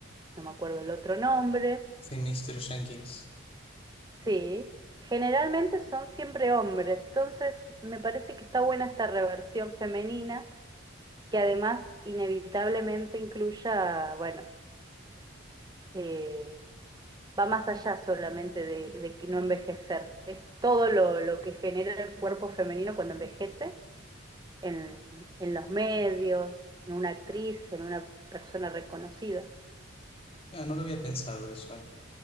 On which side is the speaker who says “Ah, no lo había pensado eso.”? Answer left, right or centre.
Left